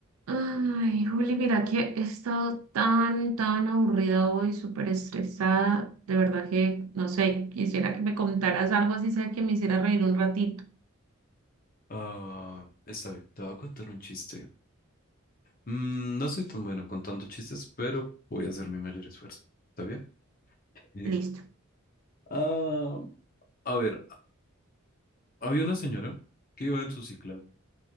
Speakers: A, on the right; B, on the left.
A: Ay, Juli, mira que he estado tan, tan aburrida hoy, súper estresada. De verdad que, no sé, quisiera que me contaras algo así, sea que me hiciera reír un ratito.
B: Ah, está bien, te voy a contar un chiste. Mm, no soy tan bueno contando chistes, pero voy a hacer mi mayor esfuerzo. ¿Está bien? <laughs>
A: Listo.
B: Ah, a ver, había una señora que iba en su cicla